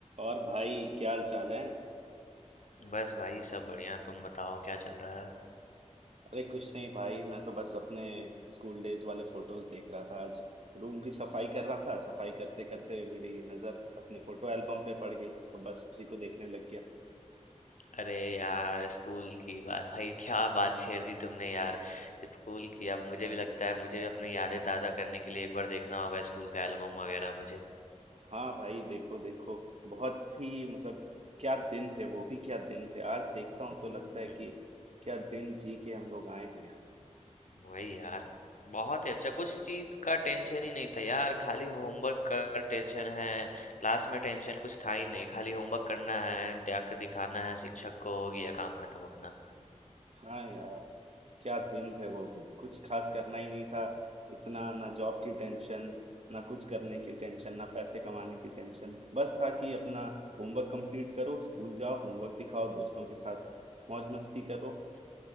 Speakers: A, on the right (about 55°); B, on the left (about 80°).
A: और भाई क्या हाल चाल है
B: बस भाई सब बढ़िया तुम बताओ क्या चल रहा है
A: अरे कुछ नहीं भाई मैं तो बस अपने स्कूल डेज वाले फोटोज देख रहा था आज रूम की सफाई कर रहा था सफाई करते करते मेरी नजर अपने फोटो एल्बम पे पड़ गई तो बस उसी को देखने लग गया
B: अरे यार स्कूल की बात भाई क्या बात छेड़ दी तुमने यार स्कूल की अब मुझे भी लगता है मुझे भी अपनी यादें ताज़ा करने के लिए एक बार देखना होगा स्कूल का एल्बम वगैरह मुझे
A: हाँ भाई देखो देखो बहुत ही मतलब क्या दिन थे वो भी क्या दिन थे आज देखता हूँ तो लगता
B: हम्म
A: है कि क्या दिन जी के हम लोग आए हैं
B: वही यार बहुत ही अच्छा कुछ चीज़ का टेंशन ही नहीं था यार खाली होमवर्क का टेंशन है क्लास में टेंशन कुछ था ही नहीं खाली होमवर्क करना है जाकर दिखाना है शिक्षक को हो गया काम खत्म अपना
A: हाँ यार क्या दिन थे वो भी कुछ खास करना ही नहीं था इतना ना जॉब की टेंशन ना कुछ करने की टेंशन ना पैसे कमाने की टेंशन बस था कि अपना होमवर्क कंप्लीट करो स्कूल जाओ होमवर्क दिखाओ दोस्तों के साथ मौज मस्ती करो